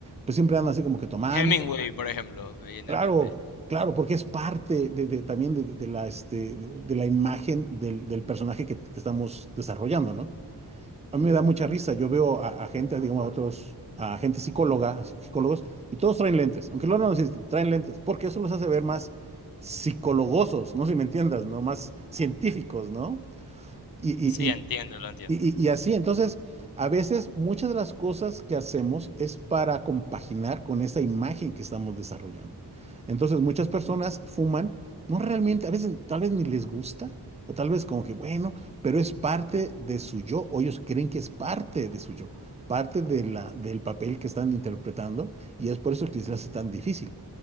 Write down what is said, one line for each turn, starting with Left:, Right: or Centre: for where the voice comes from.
Right: pues siempre andan así como que tomando
Left: Hemingway, por ejemplo, me viene
Right: Claro,
Left: en mente.
Right: claro, porque es parte de, de- también de, de la, este, de la imagen del, del personaje que, que estamos desarrollando, ¿no? A mí me da mucha risa. Yo veo a, a gente, digamos, a otros, a gente psicóloga, a psicólogos, y todos traen lentes, aunque luego no lo necesiten, traen lentes, porque eso los hace ver más psicologosos, no sé si me entiendas, ¿no? Más científicos, ¿no? Y, y,
Left: Sí, entiendo, lo entiendo,
Right: y,
Left: entiendo.
Right: y- y así, entonces, a veces muchas de las cosas que hacemos es para compaginar con esa imagen que estamos desarrollando. Entonces, muchas personas fuman, no realmente, a veces tal vez ni les gusta, o tal vez como que bueno, pero es parte de su yo, o ellos creen que es parte de su yo, parte de la, del papel que están interpretando, y es por eso que se les hace tan difícil.